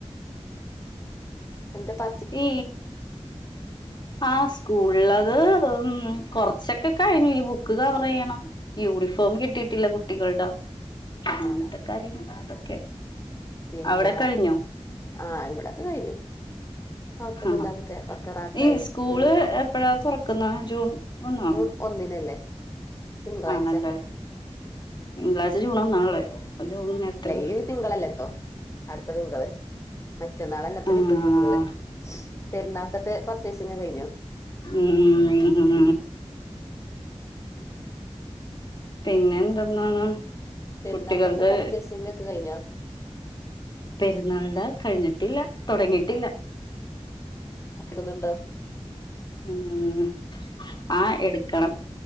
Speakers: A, on the left; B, on the left.
A: എന്തേ പ
B: ഈ ആ സ്കൂളള്ളത് ഉം കൊറച്ചൊക്കെ കഴിഞ്ഞു ഇനി ബുക്ക് കവറിയ്യണം യൂണിഫോം കിട്ടിട്ടില്ല കുട്ടികളുടെ, അങ്ങനത്തെ
A: ആ
B: കാര്യങ്ങൾ അതൊക്കെ
A: പിന്നെ
B: അവിടെ കഴിഞ്ഞോ
A: ആഹ് ഇവിടെ ഒക്കെ കഴിഞ്ഞു. കുഴപ്പൊന്നുമില്ലാതൊക്കെ
B: ആഹ്
A: ഒക്കെ റാത്തായി
B: ഈ സ്കൂള്
A: പിന്നെ
B: എപ്പഴാ തുറക്കുന്ന ജൂൺ. ഒന്നാണോ
A: ജൂൺ ഒന്നിനല്ലേ തിങ്കളാഴ്ച.
B: ആണല്ലേ തിങ്കളാഴ്ച
A: ഉം.
B: ജൂൺ ഒന്നാണല്ലേ അപ്പൊ ജൂൺ നേരത്തേ.
A: ഈ തിങ്കൾ അല്ല കേട്ടോ അടുത്ത തിങ്കള്. മറ്റന്നാള് അല്ലാത്ത
B: ആഹ്
A: പിറ്റതെ തിങ്കള് പെരുന്നാളുക്കത്തെ പർച്ചേസിങ്ങ് കഴിഞ്ഞോ?
B: ഉം ഉം. പിന്നെ എന്തെന്നാണ്
A: പെരുന്നാക്കത്തെ
B: കുട്ടികൾക്ക്.
A: പർച്ചേസിങ് ഒക്കെ കഴിഞ്ഞോ
B: പെരുന്നാളിന്റെ കഴിഞ്ഞിട്ടില്ല തുടങ്ങിയിട്ടില്ല.
A: എടുക്കുന്നുണ്ടോ?
B: ഉം ആഹ് എടുക്കണം